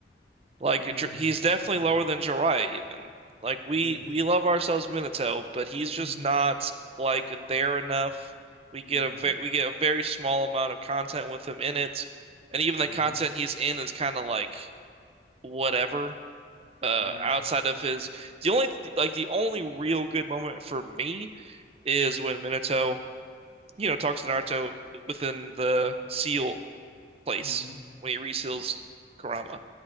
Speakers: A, on the right (about 35°); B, on the left (about 50°).
A: Like
B: He's
A: Jir-
B: not in his
A: he's definitely
B: he's not
A: lower
B: enough.
A: than Jiraiya even. Like we
B: Yeah, he's
A: we love ourselves Minato, but he's just
B: hmm
A: not like there enough. We get
B: hmm
A: a ve we get a very small amount of content with him in it, and even
B: hmm
A: the content he's in is kind of like whatever. Uh,
B: Yeah.
A: outside of his, the only like the only real good moment for me is when Minato, you know, talks to Naruto within the seal place
B: hmm
A: when he reseals
B: Yeah.
A: Kurama.